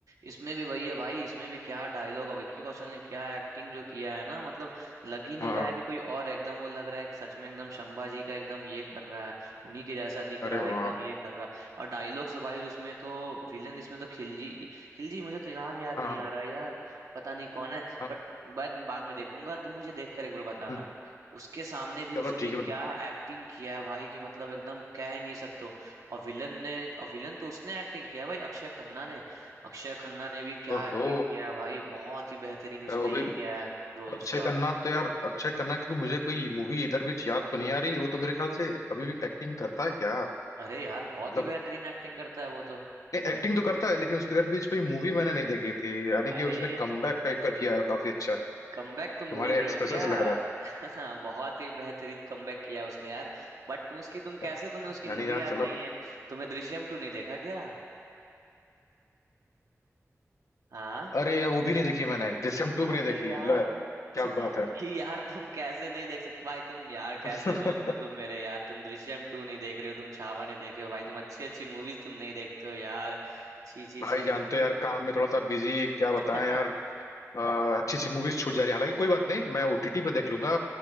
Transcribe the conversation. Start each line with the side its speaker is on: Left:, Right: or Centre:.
Right: इसमें भी वही है भाई इसमें भी क्या डायलॉग और विक्की कौशल ने क्या एक्टिंग जो किया है ना मतलब लग ही नहीं
Left: हाँ
Right: रहा है कि कोई और है, एकदम वो लग रहा है कि सच में एकदम शंभा जी का एकदम ये कर रहा है उन्हीं के जैसा दिख
Left: अरे
Right: रहा है एकदम
Left: वाह
Right: ये कर रहा है और डायलॉग्स भाई उसमें तो विलन इसमें तो खिलजी खिलजी मुझे तो नाम याद
Left: हाँ
Right: नहीं आ रहा है यार पता नहीं कौन है
Left: हाँ
Right: बट बाद बाद में देखूंगा तुम मुझे देख कर एक बार बताना
Left: हम्म,
Right: उसके सामने भी उसने
Left: चलो ठीक
Right: क्या
Left: है मतलब
Right: एक्टिंग किया है भाई कि मतलब एकदम कह ही नहीं सकते और विलन ने और विलन तो उसने एक्टिंग किया है भाई अक्षय खन्ना ने अक्षय खन्ना ने भी क्या
Left: ओहो
Right: एक्टिंग किया है भाई बहुत ही बेहतरीन उसने
Left: यार वो भी
Right: ये किया है रोल
Left: अक्षय
Right: उसका
Left: खन्ना तो यार अक्षय खन्ना क्योंकि मुझे कोई मूवी इधर भी याद तो नहीं आ रही वो तो मेरे ख्याल से अभी भी एक्टिंग करता है क्या
Right: अरे यार बहुत
Left: मतलब
Right: ही बेहतरीन एक्टिंग करता है वो तो
Left: एक्टिंग तो करता है लेकिन उसके इधर भी कोई मूवी मैंने नहीं देखी थी यानी
Right: अरे
Left: कि उसने कमबैक टाइप का किया है, काफी अच्छा
Right: कमबैक
Left: तुम्हारे
Right: तुम भूल रहे
Left: एक्सप्रेशन
Right: हो क्या
Left: से लग रहा
Right: <laughs> बहुत ही बेहतरीन कमबैक किया है उसने यार बट उसकी तुम
Left: है
Right: कैसे तुम्हें उसकी
Left: यानी
Right: मूवी
Left: यार
Right: याद
Left: चलो
Right: नहीं है तुम्हें दृश्यम टू नहीं देखा क्या हाँ
Left: अरे यार वो भी नहीं देखी मैंने दृश्यम टू
Right: अरे
Left: भी नहीं देखी
Right: यार
Left: लो क्या
Right: तुम, तुम
Left: बात है
Right: यार तुम कैसे नहीं देख सकते भाई तुम यार कैसे
Left: <laughs>
Right: दोस्त हो तुम मेरे यार तुम दृश्यम टू नहीं देख रहे हो तुम छावा नहीं देखे हो भाई तुम अच्छी अच्छी मूवीज तुम नहीं देखते हो यार छी छी
Left: भाई
Right: छी
Left: जानते हो यार काम में थोड़ा सा बिजी क्या
Right: <laughs>
Left: बताएं यार अ, अच्छी अच्छी मूवीज छूट जा रही है हालांकि कोई बात नहीं मैं ओटीटी पे देख लूंगा